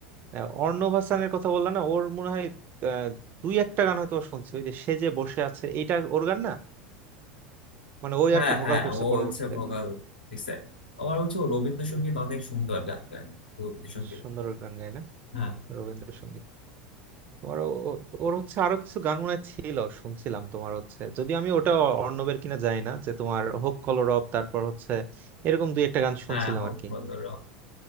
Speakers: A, on the right; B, on the left.
A: আহ, অর্ণব হাসানের কথা বললা না ওর মনে হয় আহ, দুই একটা গান হয়তো ও শুনছে ওই যে সে যে বসে আছে এইটা ওর গান না মানে ওই
B: হ্যাঁ
A: আর কি ভোকাল
B: হ্যাঁ
A: করছে
B: ও
A: পরবর্তীতে
B: হচ্ছে ভোকাল
A: আর কি
B: দিছে আমার হচ্ছে ও রবীন্দ্রসঙ্গীত
A: হুম।
B: অনেক সুন্দর গান গায় রবীন্দ্রসঙ্গীত
A: সুন্দর
B: গুলো
A: ওর গান গায় না
B: হ্যাঁ
A: রবীন্দ্রসঙ্গীত তোমার ও- ওর হচ্ছে আরো কিছু গান মনে হয় ছিল শুনছিলাম তোমার হচ্ছে যদি আমি ওটা অর্ণবের কিনা জানি না যে তোমার হোক কলরব তারপর হচ্ছে এরকম দুই একটা গান শুনছিলাম
B: হ্যাঁ হোক
A: আর কি
B: বলো র।